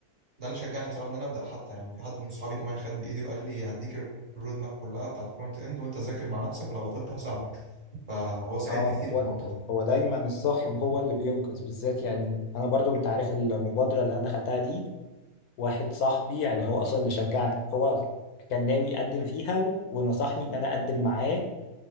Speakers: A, on the right; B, on the left.
A: ده اللي شجعني بصراحه ان انا ابدا حتى يعني في حد من صحابي كمان خد بايدي وقال لي هديك الرود ماب كلها بتاعت فرونت اند وانت ذاكر مع نفسك ولو عطلت هساعدك فهو ساعدني
B: اه
A: كتير
B: هو
A: في النقطه دي
B: هو دايما الصاحب هو اللي بينقذ بالذات يعني انا برضو انت عارف المبادرة اللي انا دخلتها دي واحد صاحبي يعني هو اصلا اللي شجعني هو كان ناوي يقدم فيها و- ونصحني ان انا اقدم معاه